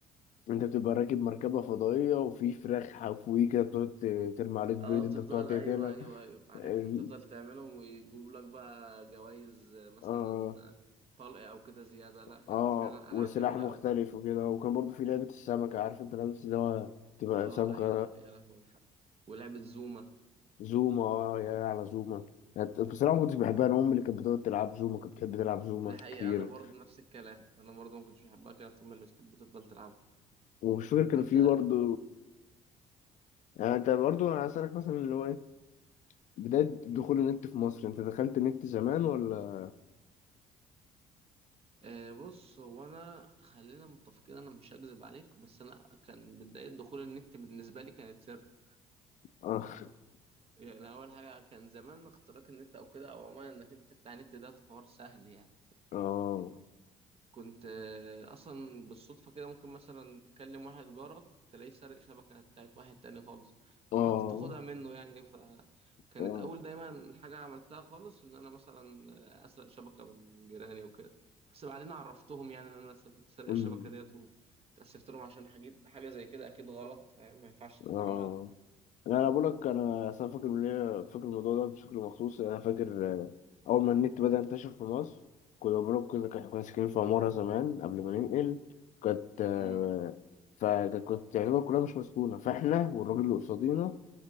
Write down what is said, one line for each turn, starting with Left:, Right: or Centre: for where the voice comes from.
Left: أنت بتبقى راكب مركبة فضائية وفي فراخ حفويه كده بتقعد ت- ترمي عليك بيض
Right: اه
Left: أنت
Right: بتفضل
Left: بتقعد تقتلها
Right: ايوه ايوه ايوه عارفها
Left: ال-
Right: بتفضل تعملهم ويجيب لك بقى جوائز آه، مثلا
Left: آه
Right: آه، طلق او كده زياده لا كانت
Left: آه
Right: فعلا
Left: وسلاح
Right: العاب جميله
Left: مختلف
Right: قوي
Left: وكده وكان برضه في لعبة السمكة عارف أنت لعبة اللي هو تبقى
Right: اه
Left: سمكة
Right: ايوه يا لهوي ولعبه زوما
Left: زوما اه يا على زوما يعني بصراحة ما كنتش بحبها أنا أمي اللي كانت بتقعد تلعب زوما كانت بتحب تلعب زوما
Right: ده حقيقة
Left: كتير
Right: أنا برضه نفس الكلام أنا برضه ما كنتش بحبها كده طول ما اللي بتحب تفضل تلعبها
Left: ومش فاكر كان
Right: أنت
Left: في برضه يعني أنت برضه أنا هسألك مثلا اللي هو إيه بداية دخول النت في مصر أنت دخلت نت زمان ولا
Right: آه بص هو أنا خلينا متفقين أنا مش هكذب عليك بس أنا كان بداية دخول النت بالنسبة لي كانت سرقة
Left: آه
Right: يعني أول حاجة كان زمان اختراق النت أو كده أو عموما إنك أنت تفتح النت ده حوار سهل يعني
Left: آه
Right: كنت آه، اصلا بالصدفه كده ممكن مثلا تكلم واحد جارك تلاقيه سارق شبكه بتاعت واحد تاني خالص
Left: آه
Right: فكنت تاخدها منه يعني فكانت
Left: آه
Right: اول دايما حاجه عملتها خالص ان انا مثلا آه، اسرق شبكه من جيراني وكده بس بعدين عرفتهم يعني ان انا س- كنت سارق
Left: أمم.
Right: الشبكه ديت واتأسفت لهم عشان حاجه حاجه زي كده اكيد غلط فاهم ما ينفعش تتعمل
Left: آه لا انا بقول لك انا أصل أنا فاكر ليه فاكر الموضوع ده بشكل مخصوص يعني انا فاكر آه، اول ما النت بدأ ينتشر في مصر كنا بقول كنا كنا ساكنين في عمارة زمان قبل ما ننقل كانت آه،
Right: امم
Left: فكانت تعتبر كلها مش مسكونة فاحنا والراجل اللي قصادينا